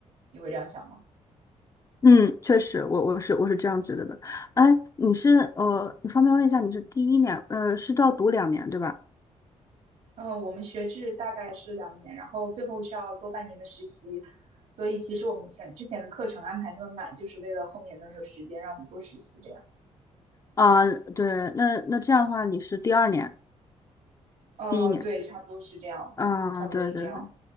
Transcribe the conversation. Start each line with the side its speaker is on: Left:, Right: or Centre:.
Right: 你会这样想吗？
Left: 嗯，确实，我我是我是这样觉得的。哎，你是呃，你方便问一下，你是第一年呃是要读两年对吧？
Right: 嗯，呃我们学制大概是两年，然后最后需要做半年的实习，所以其实我们前之前的课程安排那么满，就是为了后面能有时间让我们做实习这样。
Left: 啊，对，那那这样的话，你是第二年，
Right: 哦，
Left: 第一年。
Right: 对，差不多是这样，
Left: 啊，
Right: 差不多是这样。
Left: 对对对